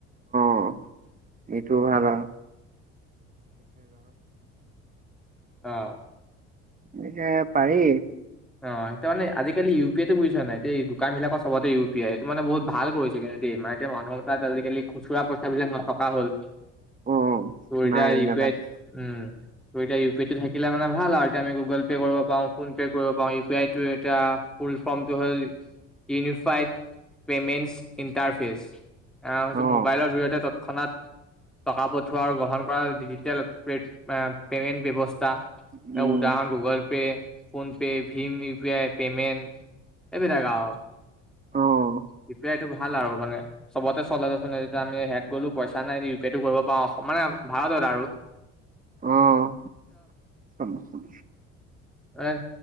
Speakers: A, on the right (about 25°); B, in the centre.
A: অ ইটো ভাল আও।
B: অঁ।
A: গতিকে পাৰি।
B: অ সেটো মানে আজিকালি ইউ পি আইটো বুইছ নাই, টেই দোকানবিলাকত চবতে ইউ পি আই এইটো মানে বহুত ভাল কৰিছে কিন্তু দেই। ইমান এতিয়া মানুহৰ তাত আজিকালি খুচুৰা পইচাবিলাক নথকা হ'ল।
A: অ
B: তোৰ এতিয়া
A: নাই
B: ইউ
A: নাথাকে
B: পি আইড, উম তোৰ এতিয়া ইউ ইটো থাকিলে মানে ভাল আও এতিয়া আমি গুগল পে' কৰিব পাও, ফোন পে' কৰিব পাও ইউ পি আইটো এতিয়া ফুল ফৰ্মটো <unintelligible> ইউনিফাইট। পেমেণ্টছ ইণ্টাৰফেচ আ হৈছে
A: অ
B: মোবাইলৰ জৰিয়তে তৎক্ষণাত টকা পঠোৱা আৰু গ্ৰহণ কৰা ডিজিটেল প্লেট আ প্লেন ব্যৱস্থ চা
A: উম
B: উদাহৰণ গগলপে, ফোন পে, ভীম ইউ পি আই পেমেণ্ট এইবিলাক আও।
A: অ‍ঁ অঁ।
B: ইউ পি আই টো ভাল আও মানে চবতে চলে মানে আমি হেট গলো পইচা নাই ই পি আই টো কৰিব পাও অকমান। ভাদদাৰু।
A: অঁ <unintelligible>
B: এট